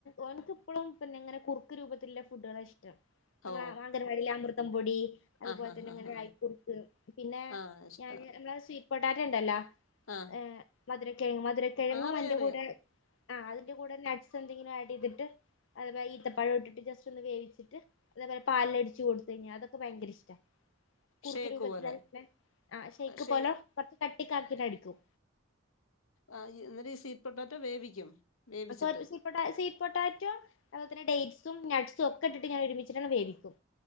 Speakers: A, on the left; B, on the left.
A: ഓന്ക്കിപ്പോഴും പിന്നെ ഇങ്ങനെ കുറുക്ക് രൂപത്തിലുള്ള ഫുഡ്‌കളാ ഇഷ്ട്ടം
B: ഓ
A: മ്മ മാങ്ങനവാടിയില അമൃതം പൊടി അതുപോലെ
B: ആ ഹാ
A: തന്നെനെക്കുറക്ക്
B: ഹാ ഹാ
A: പിന്നെ
B: ആ ഇഷ്ടാ
A: ഞൻ നമ്മ സ്വീറ്റ്ട്ട എ
B: ആ
A: മധുരകിഴങ്ങും മധുരകിഴങ്ങും
B: അറിയാം
A: അതിന്റെ
B: അറിയാം
A: കൂടെ ആ അതിന്റെ കൂടെ നട്ട്സ് എന്തെങ്കിലും ആഡ് ചെയ്തിട്ട് അതപോലെ ഈത്തപ്പഴം ഇട്ടിട്ട് ജസ് ഒന്ന് വേവിച്ചട്ട് അതേപോലെ പാലിലടിച്ചു കൊടുത്ത കഴിഞ്ഞാൽ അതൊക്കെ ഭയങ്ക ഇഷ്ടമാണ് കുറുക്ക്
B: ഷേക്ക്
A: രൂപത്തിൽ
B: പോലെ
A: ആ ഷേക്ക്‌
B: ഷേ
A: പോലെ പട്ടിക്കാർത്തിന് അടുക്കും
B: ആ എന്നിട്ട് സ്വീറ്റ് പൊട്ടറ്റോ വേവിക്കും വേവിച്ചിട്ട്
A: <unintelligible> സീ പൊട്ടാറ്റോ അതുപോലെ തന്നെ ഡേറ്റ്സ് ഉം ന്സ ഒക്കെ ഇട്ട് ഞാൻ ഒരുമിച്ചിട്ടാണ് വേവിക്കും